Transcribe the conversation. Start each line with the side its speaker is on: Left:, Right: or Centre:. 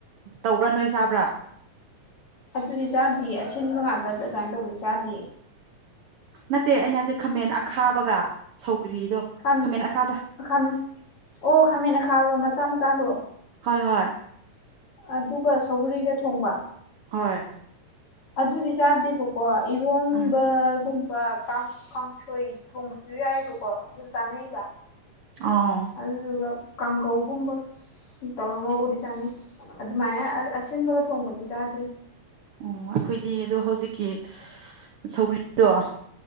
Right: ꯇꯧꯕ꯭ꯔꯥ ꯅꯣꯏ ꯆꯥꯕ꯭ꯔꯥ
Left: ꯑꯗꯨꯗꯤ ꯆꯥꯗꯤꯌꯦ ꯑꯁꯤꯟꯕ ꯉꯥꯛꯇ ꯑ ꯗꯥꯏꯟ ꯇꯧꯕꯗꯤ ꯆꯥꯗꯤꯌꯦ
Right: ꯅꯠꯇꯦ ꯑꯩꯅ ꯍꯥꯗꯤ ꯈꯥꯃꯦꯟ ꯑꯈꯥꯕꯒ ꯁꯧꯒ꯭ꯔꯤꯗꯣ
Left: ꯈꯥ
Right: ꯈꯥꯃꯦꯟ ꯑꯈꯥꯕ
Left: ꯈꯥꯃꯦꯟ ꯑꯣ ꯈꯥꯃꯦꯟ ꯈꯥꯕ ꯃꯆꯥ ꯃꯆꯥꯗꯣ
Right: ꯍꯣꯏ ꯍꯣꯏ
Left: ꯑꯗꯨꯒ ꯁꯧꯒꯔꯤꯒ ꯊꯣꯡꯕ
Right: ꯍꯣꯏ
Left: ꯑꯗꯨꯗꯤ ꯆꯥꯗꯦꯕꯀꯣ ꯏꯔꯣꯟꯕꯒꯨꯝꯕ
Right: ꯑ
Left: ꯀꯥꯡ ꯀꯥꯡꯁꯣꯏ ꯊꯣꯡꯕꯁꯨ ꯌꯥꯏꯕꯀꯣ ꯑꯗꯨ ꯆꯥꯅꯩꯌꯦꯕ
Right: ꯑꯥ
Left: ꯑꯗꯨꯗꯨꯒ ꯀꯥꯡꯒꯧꯒꯨꯝꯕ ꯁꯤꯇꯧꯔ ꯒꯣꯗꯤ ꯆꯥꯅꯩ ꯑꯗꯨꯃꯥꯏꯅ ꯑꯁꯤꯟꯕꯒ ꯊꯣꯡꯕꯗꯤ ꯆꯥꯗ꯭ꯔꯤ
Right: ꯑꯣ ꯑꯈꯣꯏꯗꯤ ꯑꯗꯣ ꯍꯧꯖꯤꯛꯀꯤ ꯁꯧꯒ꯭ꯔꯤꯗꯣ